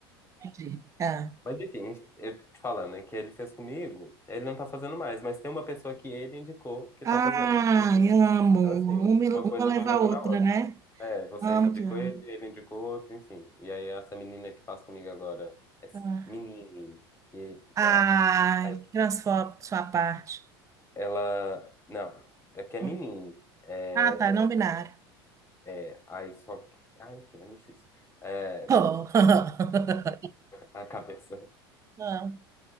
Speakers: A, on the right; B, on the left.
A: entendi. Ah.
B: Mas enfim, eu te falando, né, que ele fez comigo, ele não tá fazendo mais, mas tem uma pessoa que ele indicou que
A: Ai,
B: tá fazendo.
A: amo.
B: Então,
A: Uma,
B: assim, uma
A: uma
B: coisa
A: leva
B: vai levando
A: a outra,
B: a outra.
A: né?
B: É, você
A: Amo
B: indicou
A: que amo.
B: ele, ele indicou outro, enfim. E aí, essa menina que faz comigo agora, essa
A: Ah.
B: menine, que
A: Ai,
B: é, aí,
A: transfobo de sua parte.
B: ela, não, é que é
A: Hum.
B: menine. É,
A: Ah, tá, não binário.
B: é, aí só que, ah, enfim, é muito difícil. É,
A: Oh. <laughs>
B: <laughs> a cabeça.
A: Ah,